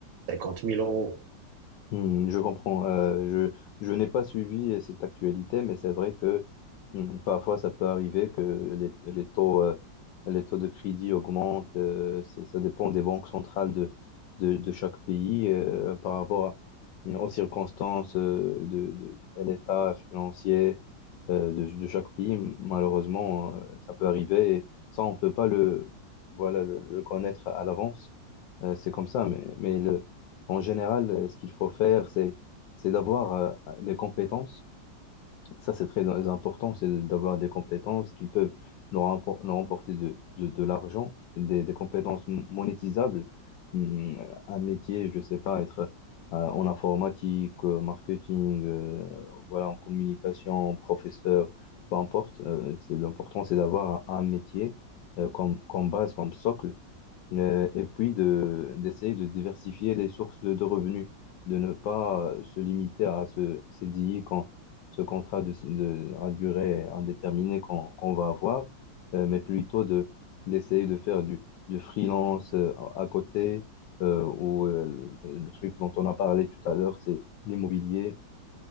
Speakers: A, on the right; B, on the left.
A: cinquante mille euros.
B: Hmm, je comprends. Euh, je je n'ai pas suivi euh, cette actualité, mais c'est vrai que hmm, parfois ça peut arriver que les, les taux, euh, les taux de crédit augmentent. euh, ça, ça dépend des banques centrales de, de, de chaque pays euh, par rapport à- aux circonstances euh, de, de, à l'état financier euh, de, de chaque pays. Malheureusement, euh, ça peut arriver et ça, on peut pas le, voilà, le, le connaître à l'avance. Euh, c'est comme ça, mais, mais le en général, euh, ce qu'il faut faire, c'est c'est d'avoir euh, des compétences. Ça, c'est très important, c'est d'avoir des compétences qui peuvent nous, rempor- nous remporter de, de, de l'argent, des, des compétences m- monétisables. Hmm, Un métier, je sais pas, être euh, en informatique, euh, marketing, euh, voilà, en communication, professeur, peu importe. Euh, c'est, l'important, c'est d'avoir un, un métier euh, comme, comme base, comme socle euh, et puis de, d'essayer de diversifier les sources de, de revenus, de ne pas euh, se limiter à ce CDI, quand, ce contrat de, de- à durée indéterminée qu'on qu'on va avoir, euh, mais plutôt de, d'essayer de faire du, du freelance euh, à à côté, euh, ou euh, le, le truc dont on a parlé tout à l'heure, c'est l'immobilier